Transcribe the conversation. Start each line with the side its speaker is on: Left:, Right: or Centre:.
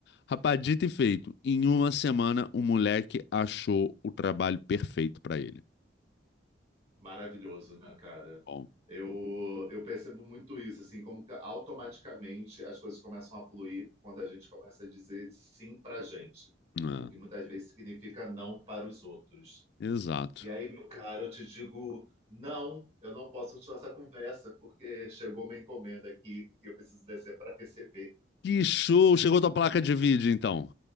Left: Rapaz, dito e feito, em uma semana o moleque achou o trabalho perfeito para ele.
Right: Maravilhoso, né, cara?
Left: Bom,
Right: Eu, eu percebo muito isso, assim, como que automaticamente as coisas começam a fluir quando a gente começa a dizer sim pra gente,
Left: é,
Right: o que muitas vezes significa não para os outros.
Left: exato.
Right: E aí, meu caro, eu te digo, não, eu não posso continuar essa conversa, porque chegou uma encomenda aqui e eu preciso descer para receber.
Left: Que show! Chegou tua placa de vídeo então.